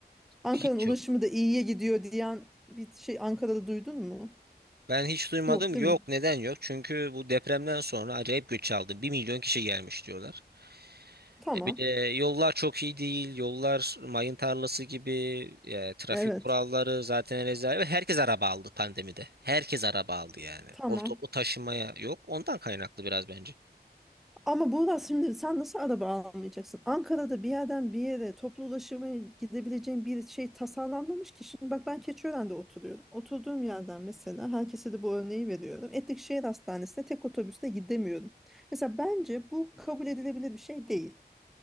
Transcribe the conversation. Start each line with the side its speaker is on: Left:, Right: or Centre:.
Centre: Ankara'nın
Right: Hiç
Centre: ulaşımı
Right: yok.
Centre: da iyiye gidiyor diyen bir şey Ankara'da duydun mu?
Right: Ben hiç duymadım.
Centre: Yok değil
Right: Yok.
Centre: mi?
Right: Neden yok? Çünkü bu depremden sonra acayip göç aldı. bir milyon kişi gelmiş diyorlar.
Centre: Tamam.
Right: E bir de yollar çok iyi değil. Yollar mayın tarlası gibi. e, trafik
Centre: Evet.
Right: kuralları zaten rezalet. Ve Herkes araba aldı pandemide. Herkes araba aldı yani.
Centre: Tamam.
Right: O toplu taşımaya yok. Ondan kaynaklı biraz bence.
Centre: Ama Buğra şimdi sen nasıl araba almayacaksın? Ankara'da bir yerden bir yere toplu ulaşıma gidebileceğin bir şey tasarlanmamış ki. Şimdi bak ben Keçiören'de oturuyorum. Oturduğum yerden mesela herkese de bu örneği veriyorum. Etlikşehir Hastanesi'ne tek otobüste gidemiyorum. Mesela bence bu kabul edilebilir bir şey değil.